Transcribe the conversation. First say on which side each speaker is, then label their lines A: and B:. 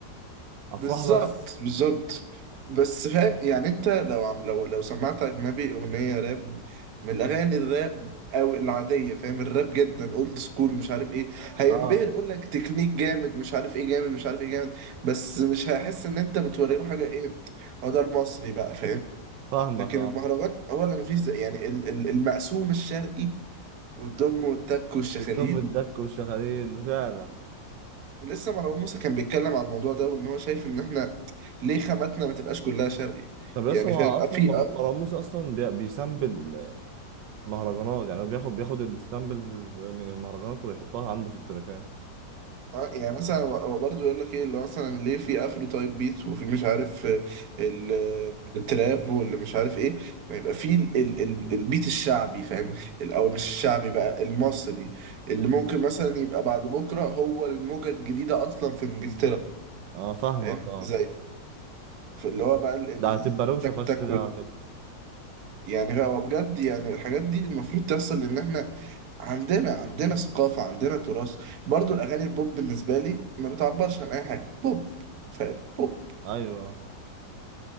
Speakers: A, on the right; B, on the right.
A: افراح
B: بالظبط
A: بس
B: بالظبط بس فاهم يعني انت لو عم لو لو سمعت اجنبي اغنيه راب من الاغاني الراب او العاديه فاهم الراب جدا اولد سكول مش عارف ايه هينبهر
A: اه
B: يقول لك تكنيك جامد مش عارف ايه جامد مش عارف ايه جامد بس مش هيحس ان انت بتوري له حاجه ايه هو ده المصري بقى فاهم
A: فاهمك
B: لكن
A: اه
B: المهرجان هو اللي مفيش زي يعني ال- ال- المقسوم الشرقي والدم والتك والشخاليل
A: الدم الدك والشغاليل فعلا
B: لسه مروان موسى كان بيتكلم على الموضوع ده وان هو شايف ان احنا ليه خاماتنا ما تبقاش كلها شرقي
A: طب اصلا
B: يعني
A: ما
B: فاهم
A: هو اصلا
B: آه، في
A: مه-
B: آه
A: مروان موسى اصلا بي- بيسامبل مهرجانات يعني هو بياخد بياخد السامبل من المهرجانات ويحطها عنده في التراكات
B: آه، يعني مثلا هو هو برضه يقول لك ايه اللي هو مثلا ليه في افرو تايب بيت وفي مش عارف آه، ال- آه، التراب واللي مش عارف ايه ما يبقى في ال- ال- ال- البيت الشعبي فاهم ال- او مش الشعبي بقى المصري اللي ممكن مثلا يبقى بعد بكره هو الموجه الجديده اصلا في انجلترا
A: اه فاهمك
B: فاهم
A: اه
B: زي في اللي هو بقى ال- ال-
A: ده هتبقى روشه
B: تك
A: فشخ
B: تك
A: كده على فكره
B: يعني هو بجد يعني الحاجات دي المفروض تحصل لان احنا عندنا عندنا ثقافة عندنا تراث برضو الاغاني البوب بالنسبة لي ما بتعبرش عن اي حاجة بوب فعلا بوب
A: ايوه